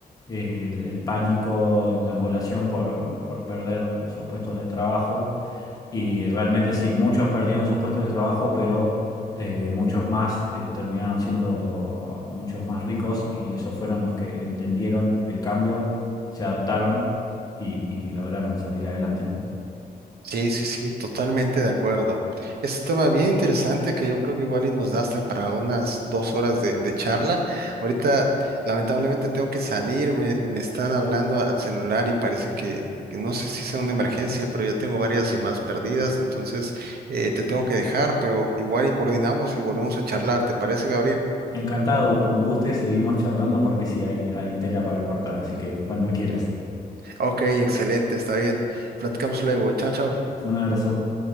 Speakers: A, on the left; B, on the right.
A: eh, el, el pánico en la población por, por perder sus puestos de trabajo y realmente sí, muchos perdieron sus puestos de trabajo, pero eh, muchos más eh, terminaron siendo muchos más ricos y esos fueron los que entendieron el cambio, se adaptaron y, y lograron salir adelante, ¿no?
B: Sí, sí, sí, totalmente de acuerdo. Es un tema bien interesante que yo creo que igual y nos da hasta para unas dos horas de, de charla. Ahorita, lamentablemente, tengo que salir, me, me están hablando al celular y parece que, que no sé si sea una emergencia, pero yo tengo varias llamadas perdidas, entonces eh, te tengo que dejar, pero igual y coordinamos y volvemos a charlar. ¿Te parece, Gabriel?
A: Encantado, cuando guste seguimos charlando porque sí, hay, hay tela para cortar, así que cuando quieras.
B: Ok, excelente, está bien. Platicamos luego. Chao, chao.
A: Un abrazo.